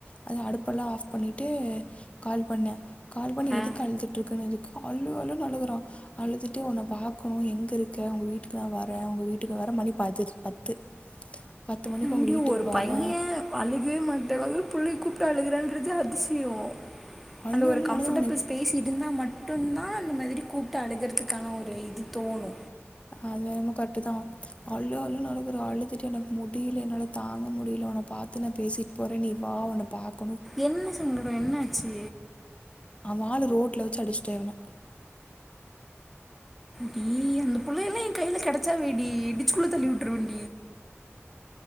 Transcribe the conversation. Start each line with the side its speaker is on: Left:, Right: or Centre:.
Left: அது அடுப்பல்லா ஆஃப் பண்ணிட்டு கால் பண்ண கால் பண்ணி
Centre: ஆ
Left: எதுக்கு அழுதுட்ருக்கனுதுக்கு அழு அழுன் அழுகுறா அழுதுட்டு உன்ன பாக்கணு எங்கிருக் க்க உங்க வீட்டுக்கு நா வரே உங்க வீட்டுக்கு வர மணி பத பத்து பத்து மணிக்கு
Centre: அங்கேயும்
Left: உங்க வீட்டுக்கு
Centre: ஒரு
Left: வர்ற
Centre: பையன் அழுகவே மாட்ட அது புள்ளைய கூப்ட்டு அழுகுறான்றது அதிசய
Left: அள்ளு
Centre: அந்த ஒரு
Left: அள்ளு
Centre: கம்ஃபர்டபிள்
Left: அழுதவனே
Centre: ஸ்பேஸ் இருந்தா மட்டுந்தா அந்த மாதிரி கூப்ட்டு அழுகறதுக் கான ஒரு இது தோணு
Left: அது எனமோ கரெட்டுதா அழு அழுன் அழுகறா அழுதுட்டு எனக்கு முடில என்னால தாங்க முடில உன்ன பாத்து நா பேசிட் போற நீ வா உன்ன பாக்
Centre: என்ன சங்கட என்னாச்சு
Left: அவ ஆளு ரோட்ல வெச்சு அடிச்ட்ட இவன
Centre: டீ அந்த புள்ளை எல்லா எ கைல கெடச்சா வெய்டி டிச்சுக்குள்ள தள்ளி உட்டுருவண்